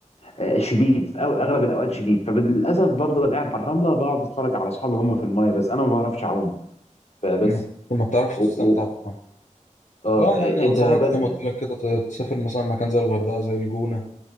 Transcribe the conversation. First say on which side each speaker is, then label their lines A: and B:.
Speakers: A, on the left; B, on the left.
A: آه، شديد في أو- اغلب الاوقات شديد فللاسف بفضل قاعد على الرمله بقعد اتفرج على اصحابي هم في المايه بس انا ما بعرفش اعوم فبس
B: ما ما بتعرفش
A: و...
B: تستمتع
A: و...
B: بالميه
A: اه
B: لا يعني
A: انت
B: انصحك
A: بقى
B: زي ما قلت لك كده ت- تسافر مثلا مكان زي الغردقه زي الجونه